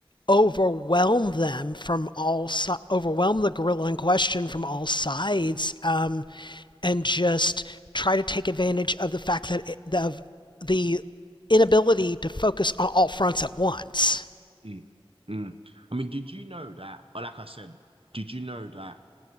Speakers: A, on the left; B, on the right.
A: overwhelm them from all si- overwhelm the gorilla in question from all sides, um, and just try to take advantage of the fact that it, of the inability to focus on all fronts at once.
B: Mm. Mm. I mean, did you know that, or like I said, did you know that